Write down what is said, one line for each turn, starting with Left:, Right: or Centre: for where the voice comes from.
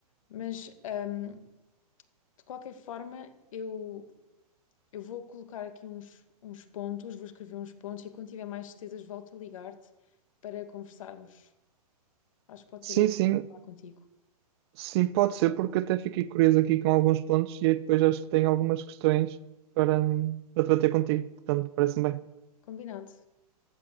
Left: mas hum, de qualquer forma, eu. Eu vou colocar aqui uns, uns pontos, vou escrever uns pontos e quando tiver mais certezas volto a ligar-te para conversarmos. Acho que pode
Right: Sim,
Left: ser interessante
Right: sim.
Left: falar contigo.
Right: Sim, pode ser, porque até fiquei curioso aqui com alguns pontos e aí depois acho que tenho algumas questões para, hum, para debater contigo. Portanto, parece-me bem.
Left: Combinado.